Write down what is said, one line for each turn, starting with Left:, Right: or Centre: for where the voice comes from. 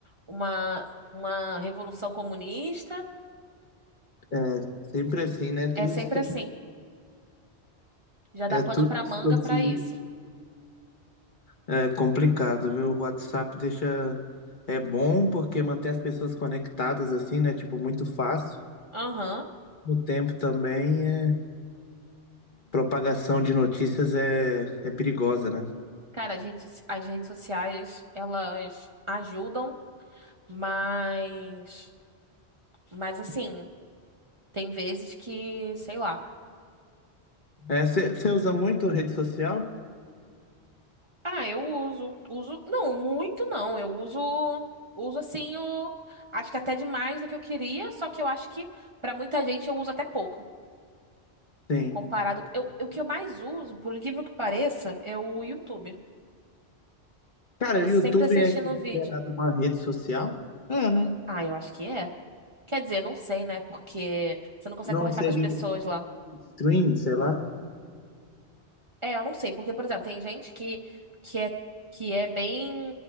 Right: uma, uma revolução comunista.
Left: É, Sempre assim, né? Tudo
Right: É sempre
Left: distor-
Right: assim. Já dá
Left: É
Right: pano
Left: tudo
Right: pra manga
Left: distorcido.
Right: pra isso.
Left: É complicado, viu? O WhatsApp deixa. É bom porque mantém as pessoas conectadas assim, né? Tipo, muito fácil.
Right: Aham.
Left: O tempo também é. Propagação de notícias é, é perigosa, né?
Right: Cara, as redes, soci- as redes sociais, elas ajudam, mas, mas assim, tem vezes que, sei lá.
Left: É, você usa muito rede social?
Right: Ah, eu uso. Uso, não, muito não. Eu uso, uso assim o, acho que até demais do que eu queria, só que eu acho que pra muita gente eu uso até pouco,
Left: Sim.
Right: comparado. Eu, o que eu mais uso, por incrível que pareça, é o YouTube.
Left: Cara,
Right: Tô
Left: o YouTube
Right: sempre assistindo
Left: é considerado
Right: o vídeo.
Left: uma rede social? É, né?
Right: Ah, eu acho que é. Quer dizer, não sei, né? Porque você não consegue
Left: Não
Right: conversar
Left: seria
Right: com as pessoas
Left: um
Right: lá.
Left: stream, sei lá.
Right: É, eu não sei, porque, por exemplo, tem gente que, que é, que é bem,